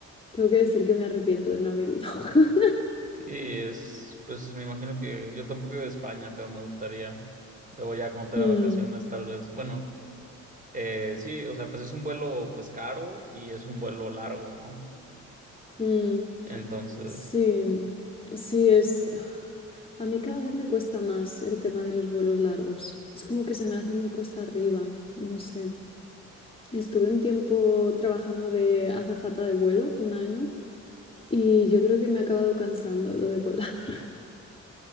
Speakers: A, on the left; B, on the right.
A: tengo que decir que me arrepiento de no haber ido. <laughs>
B: Sí, es, pues me imagino que yo tampoco iba a España, pero me gustaría. Luego ya cuando tenga
A: Mm,
B: vacaciones, tal vez. Bueno, eh, sí, o sea, pues es un vuelo pues caro y es un vuelo largo, ¿no?
A: mm.
B: Entonces,
A: Sí, sí, es... A mí cada vez me cuesta más el tema de los vuelos largos. Es como que se me hace muy cuesta arriba, no sé. Estuve un tiempo trabajando de azafata de vuelo, un año, Y yo creo que me ha acabado cansando lo de volar. <laughs>